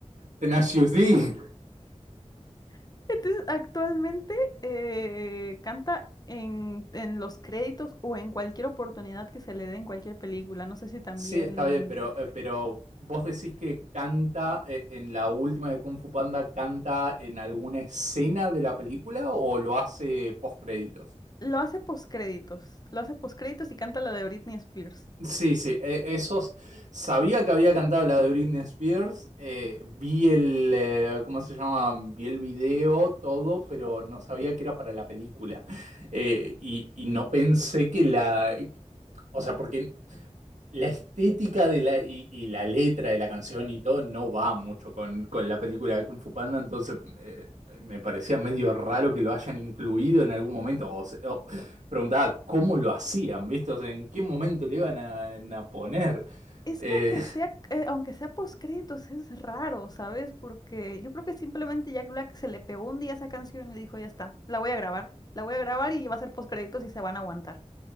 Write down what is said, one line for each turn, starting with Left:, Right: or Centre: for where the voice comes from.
Right: Tenacious D.
Left: <laughs> entonces, actualmente eh, canta en, en los créditos o en cualquier oportunidad que se le dé en cualquier película. No sé si también
Right: Sí, está bien, pero, eh, pero vos decís que canta eh, en la última de Kung Fu Panda, canta en alguna escena de la película o lo hace post créditos?
Left: Lo hace postcréditos. Lo hace postcréditos y canta la de Britney Spears.
Right: Sí, sí, e- esos. Sabía que había cantado la de Britney Spears. eh, vi el. eh, ¿cómo se llama? Vi el video, todo, pero no sabía que era para la película. Eh, y, y no pensé que la. O sea, porque la estética de la, y, y la letra de la canción y todo no va mucho con, con la película de Kung Fu Panda, entonces eh, me parecía medio raro que lo hayan incluido en algún momento. O se- o preguntaba cómo lo hacían, ¿viste? O sea, en qué momento le iban a, a poner.
Left: Es
Right: Eh,
Left: que aunque sea, eh, aunque sea postcréditos, es raro, ¿sabes? Porque yo creo que simplemente Jack Black se le pegó un día esa canción y dijo, ya está, la voy a grabar. La voy a grabar y va a ser postcréditos y se van a aguantar.